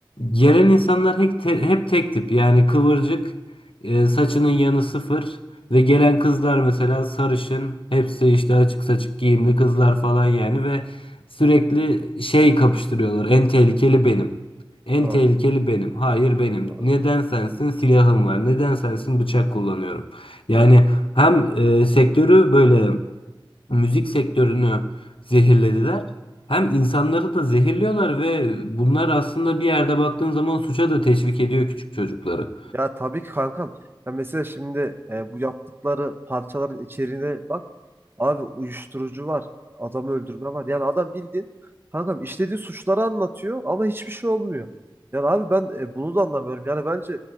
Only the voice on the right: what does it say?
Doğru,
doğru.
Ya
Ya tabii ki kankam. Ya mesela şimdi e, bu yaptıkları parçaların içeriğine bak. Abi uyuşturucu var. Adamı öldürme var. Yani adam bildiğin kankam işlediği suçları anlatıyor ama hiçbir şey olmuyor. Yani abi ben e, bunu da anlamıyorum. Yani bence